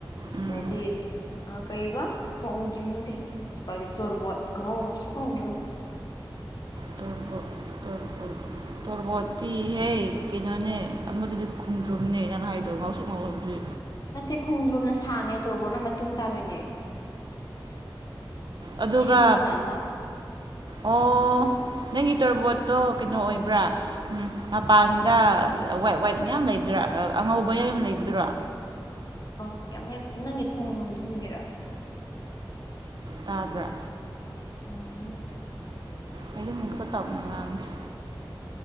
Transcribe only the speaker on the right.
ꯎꯝ
ꯇꯨꯔꯕ ꯇ ꯇꯣꯔꯕꯣꯠꯇꯤꯍꯦ ꯀꯩꯅꯣꯅꯦ ꯑꯃꯗꯗꯤ ꯈꯨꯝꯗ꯭ꯔꯕꯅꯦ ꯅꯅ ꯍꯥꯏꯗꯣ ꯉꯥꯎꯁꯨ ꯉꯥꯎꯈ꯭ꯔꯕꯗꯨꯗꯤ
ꯑꯗꯨꯒ
ꯑꯣ ꯅꯪꯒꯤ ꯇꯣꯔꯔꯕꯣꯠ ꯀꯩꯅꯣ ꯑꯣꯏꯕ꯭ꯔꯥ ꯃꯄꯥꯟꯗ ꯋꯥꯏꯠ ꯋꯥꯏꯠ ꯃꯌꯥꯝ ꯂꯩꯕꯗ꯭ꯔꯥ ꯑꯉꯧꯕ ꯀꯝ ꯂꯩꯕꯗꯨꯔꯣ
ꯇꯥꯕ꯭ꯔ
ꯑꯩꯗꯨꯃꯒꯛꯇ ꯇꯞꯅꯉꯥꯡꯁꯦ